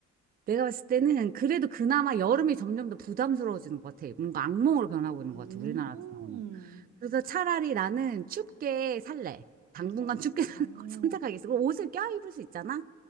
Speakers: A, on the right (about 30°); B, on the right (about 80°).
A: 내가 봤을 때는 그래도 그나마 여름이 점점 더 부담스러워지는 것 같아. 뭔가 악몽으로 변하고
B: 응.
A: 있는 것 같아, 우리나라 같은 경우는.
B: 음,
A: 그래서 차라리 나는 춥게 살래. 당분간
B: 오.
A: 춥게 <laughs> 사는 걸 선택하겠어. 그럼 옷을 껴입을 수 있잖아?